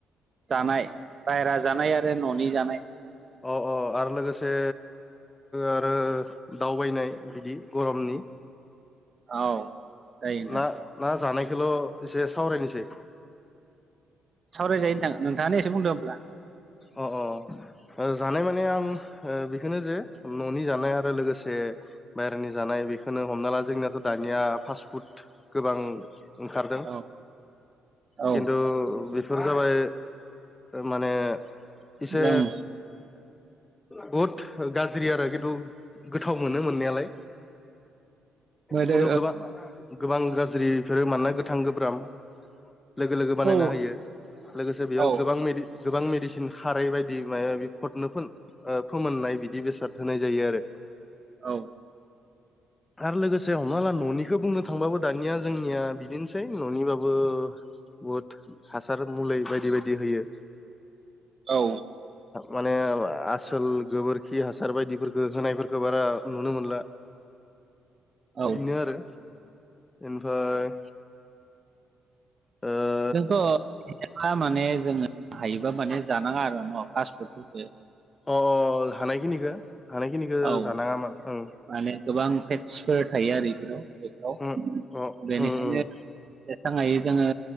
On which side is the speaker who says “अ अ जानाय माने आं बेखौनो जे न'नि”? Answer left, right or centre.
Left